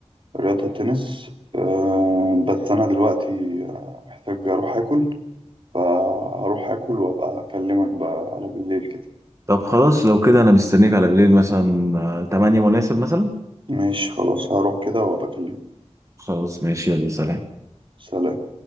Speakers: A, on the right (about 45°); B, on the right (about 25°).
A: رياضة التنس أه بس انا دلوقتي آه، محتاج اروح اكل فهروح اكل وابقى اكلمك بقى على بالليل كده
B: طب خلاص لو كده انا مستنيك على بالليل مثلا آه، 8 مناسب مثلا
A: ماشي خلاص هروح كده وابقى اكلمك
B: خلاص ماشي يلا سلام
A: سلام